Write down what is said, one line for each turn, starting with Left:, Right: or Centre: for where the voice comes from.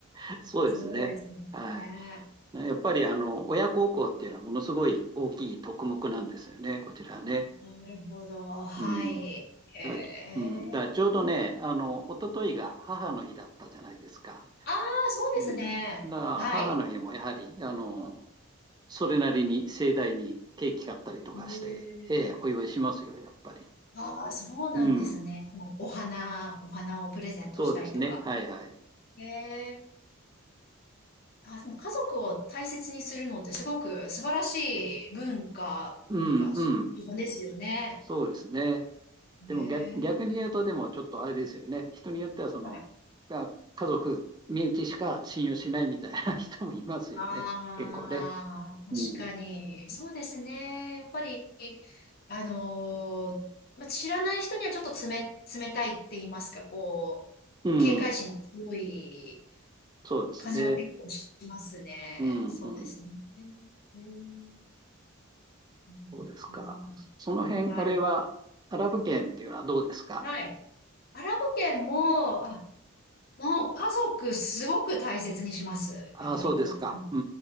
Right: う、そうですね。
Left: そうですもんね。
Right: はい。やっぱりあの親孝行っていうのはものすごい大きい特目なんですよね、こちらね。
Left: なるほど。はい。
Right: うん。だ、
Left: へえ。
Right: うん、だからちょうどね、あの、一昨日が母の日だったじゃないですか。
Left: ああ、そうですね。
Right: うん。だから母の日もやはり、
Left: はい。
Right: あの、それなりに盛大にケーキ買ったりとかして、
Left: へえ。
Right: ええ、お祝いしますよ、やっぱり。
Left: ああ、そうなんですね。
Right: うん。
Left: お花、お花をプレゼントしたりとか。
Right: そうですね。はいはい。
Left: へえ。あ、でも家族を大切にするのってすごく素晴らしい文化っていうか、
Right: うんうん。
Left: 習慣ですよね。
Right: そうですね。でも逆、
Left: ええ。
Right: 逆に言うと、でもちょっとあれですよね。人によっては、その、
Left: はい。
Right: が家族、身内しか信用しないみたいな <laughs> 人もいますよね。
Left: ああ、
Right: 結構ね。うん。
Left: 確かに。そうですね。やっぱり、あのーまあ、知らない人にはちょっと冷、冷たいって言いますか、こう、
Right: うん。
Left: 警戒心が強い。
Right: そうですね。
Left: 感じは結構しますね。
Right: うん、
Left: そうですね。
Right: うん。
Left: えー、えーううんうん
Right: そうですか。その辺、
Left: はい。
Right: あれは、アラブ圏っていうのはどうですか
Left: はい。アラブ圏も、あ、もう家族すごく大切にします。
Right: ああ、
Left: やっぱりこっちも。
Right: そうですか。う